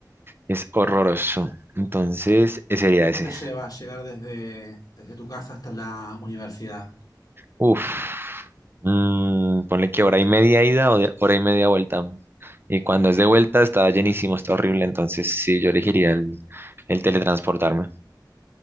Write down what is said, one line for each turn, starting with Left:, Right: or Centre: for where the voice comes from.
Right: es horroroso. Entonces, ese sería
Left: ¿Cuánto tiempo
Right: ese.
Left: te lleva llegar desde, desde tu casa hasta la universidad?
Right: Uf, mm, ponle que hora y media ida o de- hora y media vuelta. Y cuando es de vuelta, está llenísimo, está horrible. Entonces, sí, yo elegiría el, el teletransportarme.